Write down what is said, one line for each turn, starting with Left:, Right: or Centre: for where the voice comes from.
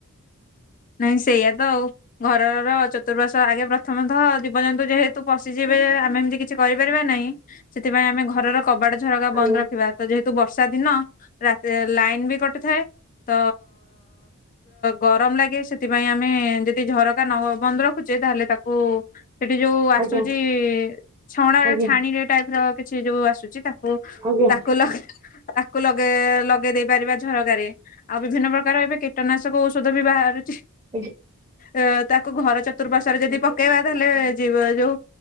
Left: ନାଇଁ ସେଇଆ ତ ଆଉ ଘରର ଚତୁଃପାର୍ଶ୍ଵ ଆଗେ ପ୍ରଥମତଃ ଜୀବଜନ୍ତୁ ଯେହେତୁ ତୁ ପଶିଯିବେ ଆମେ ଏମିତି କିଛି କରିପାରିବା ନାହିଁ। ସେଥିପାଇଁ ଆମେ ଘରର କବାଟ ଝରକା
Right: ଆଜ୍ଞା
Left: ବନ୍ଦ ରଖିବା ଯେ ତୁ ବର୍ଷା ଦିନ ରାତିରେ ଲାଇନ ବି କଟୁଥାଏ। ତ ଗରମ ଲାଗେ। ସେଥିପାଇଁ ଆମେ ଯଦି ଝରକା ନ ବନ୍ଦ ରଖୁଛେ ତାହେଲେ ତାକୁ ସେଠି ଯୋଉ ଆସୁଛି
Right: ଆଜ୍ଞା
Left: ଛଣା
Right: ଆଜ୍ଞା
Left: ଛାଣ ଟାଇପ ର କିଛି ଯୋଉ ଆସୁଛି ତାକୁ
Right: ଆଜ୍ଞା
Left: ତାକୁ ତାକୁ ଲଗେଇ- ଲଗେଇ ଦେଇ ପାରିବା ଝରକାରେ। ଆଉ ବିଭିନ୍ନ ପ୍ରକାର ଏବେ କୀଟନାଶକ ଔଷଧ ବି ବାହାରୁଛି।
Right: <unintelligible>
Left: ଏ ତାକୁ ଘର ଚତୁର୍ପାର୍ଶଵରେ ଯଦି ପକେଇବା ତାହେଲେ ଯିବ ଯୋଉ